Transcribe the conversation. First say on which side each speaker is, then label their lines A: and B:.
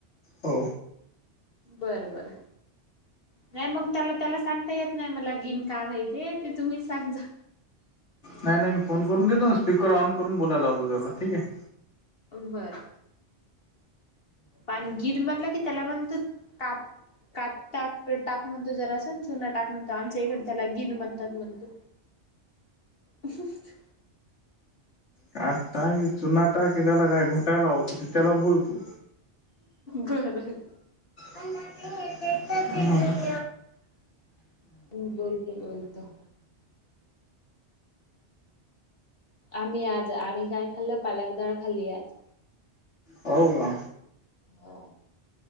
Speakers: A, on the left; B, on the left.
A: हो
B: बर बर नाही मग त्याला त्याला सांग ते येत नाही मला गिन काम हाय ते तुम्हीच सांगजा
A: नाही नाही मी फोन करून देतो ना स्पिकर ऑन करून बोलायला होतो त्याला ठीक आहे
B: बरं पाणगीर म्हणलं की त्याला म्हणत काप कात टाक टाक म्हणतो जरास चुना टाक म्हणतो आमच्या इकडे त्याला गिन म्हणतात म्हणतो असचं
A: कात टाक की चुना टाक त्याला काय घोटाया लावतो ते त्याला बोलतो.
B: बरर
A: अ ना ते हते हम् हम <inaudible>
B: हम् बोलते बोलता आम्ही आज आम्ही काय खाल्ल पालकदाळ खाल्ली आज
A: हो का
B: हो